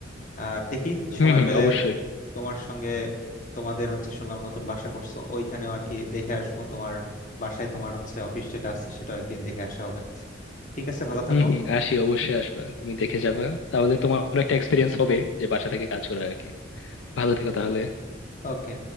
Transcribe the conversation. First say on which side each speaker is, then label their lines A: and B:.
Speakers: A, on the left (about 40°); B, on the left (about 75°).
A: আর দেখি সময়
B: হুম হুম
A: পেলে
B: অবশ্যই
A: তোমার সঙ্গে তোমাদের হচ্ছে শুনলাম নতুন বাসা করছো ওইখানেও আর কি দেখে আসবো তোমার বাসায় তোমার হচ্ছে অফিস যেটা আছে সেটাও একদিন দেখে আসা হবে ঠিক আছে ভালো থাকো
B: হুম হুম আসি অবশ্যই আসবা তুমি দেখে যাবা তাহলে তোমার একটা এক্সপিরিয়েন্স হবে যে বাসা থেকে কাজ করার আর কি ভালো থেকো তাহলে
A: ওকে